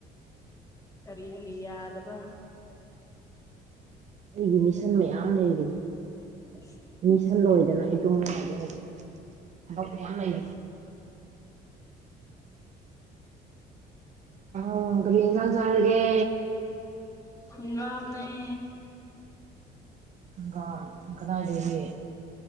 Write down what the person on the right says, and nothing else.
ꯑꯩꯒꯤ ꯃꯤꯁꯟ ꯃꯌꯥꯝ ꯂꯩꯔꯤ
ꯃꯤꯁꯟ ꯂꯣꯏꯗꯅ ꯑꯩ ꯇꯨꯝꯕ ꯌꯥꯗꯦ ꯍꯧꯖꯤꯛ ꯊꯕꯛ ꯋꯥ ꯂꯩ ꯎ ꯀꯥꯡ ꯆꯔꯒꯦ
ꯏꯀ ꯏ ꯀꯗꯥꯗꯒꯤ